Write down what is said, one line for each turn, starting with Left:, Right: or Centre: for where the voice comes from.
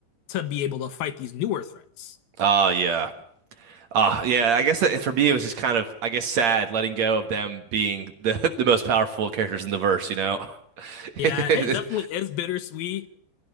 Left: to be able to fight these newer threats.
Right: Oh yeah. Uh, yeah, I guess that for me it was just kind of, I guess, sad letting go of them being the <laughs> the most powerful characters in the verse, you know?
Left: Yeah,
Right: <laughs>
Left: it definitely is bittersweet.